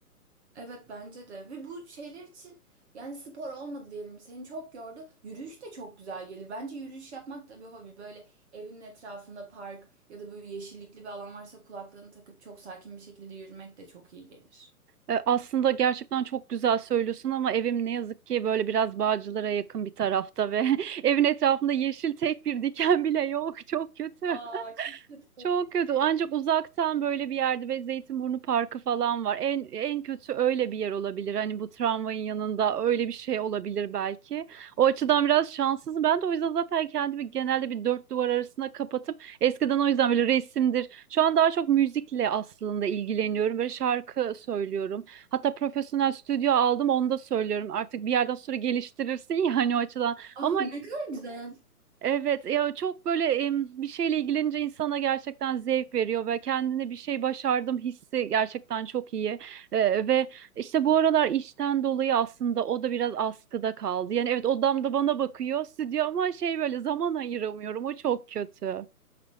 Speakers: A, on the right (about 45°); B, on the right (about 80°).
A: Evet bence de ve bu şeyler için yani spor olmadı diyelim seni çok yordu yürüyüş de çok güzel gelir bence yürüyüş yapmak da bir hobi böyle evinin etrafında park ya da böyle yeşillikli bir alan varsa kulaklığını takıp çok sakin bir şekilde yürümek de çok iyi gelir.
B: E, Aslında gerçekten çok güzel söylüyorsun ama evim ne yazık ki böyle biraz Bağcılar'a yakın bir tarafta ve <laughs> evin etrafında yeşil tek bir diken bile yok. Çok kötü.
A: Aa çok kötü.
B: Çok kötü. Ancak uzaktan böyle bir yerde ve Zeytinburnu Parkı falan var. En en kötü öyle bir yer olabilir. Hani bu tramvayın yanında öyle bir şey olabilir belki. O açıdan biraz şanssızım. Ben de o yüzden zaten kendimi genelde bir dört duvar arasına kapatıp eskiden o yüzden böyle resimdir. Şu an daha çok müzikle aslında ilgileniyorum. Böyle şarkı söylüyorum. Hatta profesyonel stüdyo aldım onu da söylüyorum. Artık bir yerden sonra geliştirirsin yani o açıdan.
A: Ah
B: Ama
A: ne kadar güzel.
B: Evet ya çok böyle em, bir şeyle ilgilenince insana gerçekten zevk veriyor ve kendine bir şey başardım hissi gerçekten çok iyi. Ee, ve işte bu aralar işten dolayı aslında o da biraz askıda kaldı. Yani evet odamda bana bakıyor stüdyo ama şey böyle zaman ayıramıyorum o çok kötü.